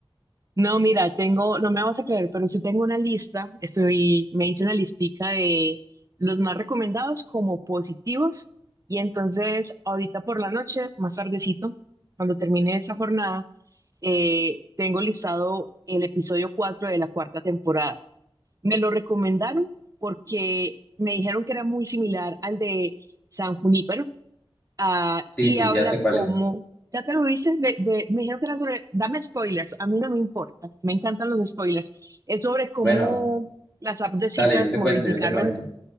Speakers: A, on the right; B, on the left.
A: No, mira, tengo, no me vas a creer, pero sí tengo una lista, estoy, me hice una listica de los más recomendados como positivos y entonces ahorita por la noche, más tardecito, cuando termine esta jornada, eh, tengo listado el episodio 4 de la cuarta temporada. Me lo recomendaron porque me dijeron que era muy similar al de San Junípero, ah,
B: Sí,
A: y
B: sí,
A: habla
B: ya sé cuál
A: como,
B: es.
A: ya te lo dices, de, de- me dijeron que era sobre, dame spoilers, a mí no me importa, me encantan los spoilers. Es sobre cómo
B: Bueno,
A: las apps de citas
B: dale, yo te
A: modificaron,
B: cuento, yo te cuento.